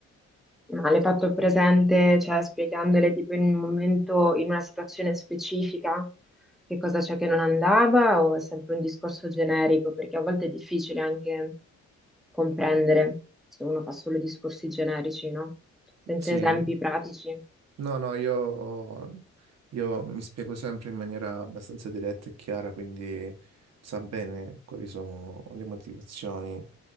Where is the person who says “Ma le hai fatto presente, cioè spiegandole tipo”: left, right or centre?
Centre